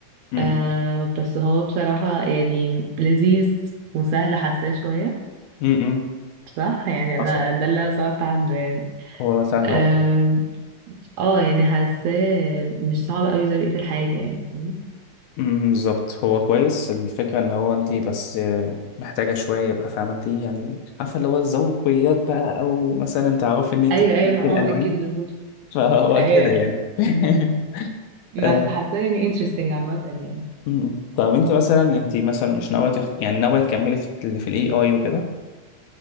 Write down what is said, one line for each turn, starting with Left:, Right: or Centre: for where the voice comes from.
Left: امم
Right: آه بس هو بصراحة يعني لذيذ وسهل حاساه شوية
Left: امم
Right: صح يعني انا
Left: حصل
Right: ده اللي أنا سمعت عنه يعني
Left: هو سهل
Right: اه
Left: اه
Right: آه، يعني حاساه مش صعب قوي زي بقية الحاجة يعني فاهمني؟
Left: أمم، بالظبط هو كويس الفكرة ان هو انت بس آه، محتاجة شوية يبقى فاهمة انت يعني عارفة اللي هو الذوقيات بقى او مثلا تعرفي ان انت
Right: ايوه
Left: تدمجي
Right: ايوه ما
Left: الالوان
Right: اه اكيد بالظبط
Left: فهو
Right: ايوه
Left: كده
Right: ايوه
Left: يعني <laughs>
Right: بس
Left: آه،
Right: حاساه يعني interesting عامة يعني
Left: م-م. طب انت مثلا انت مثلا مش ناويه تخ... يعني ناويه تكملي في ال- في الاي اي وكده